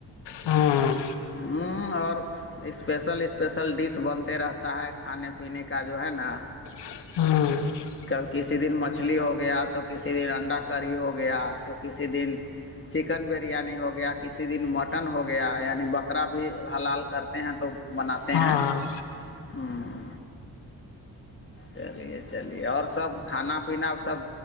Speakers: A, on the left; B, on the left.
A: ہاں
B: ہوں اور <unintelligible> اسپیشل اسپیشل ڈش بنتے رہتا ہے کھانے پینے کا جو ہے نا
A: ہاں <unintelligible>
B: کب کسی دن مچھلی ہو گیا تو کسی دن انڈا کرڑھی ہو گیا تو کسی دن چکن بریانی ہو گیا کسی دن مٹن ہو گیا یعنی بکرا بھی حلال کرتے ہیں تو بناتے
A: ہاں
B: ہیں
A: ہاں
B: <unintelligible> چلیے چلیے اور سب کھانا پینا سب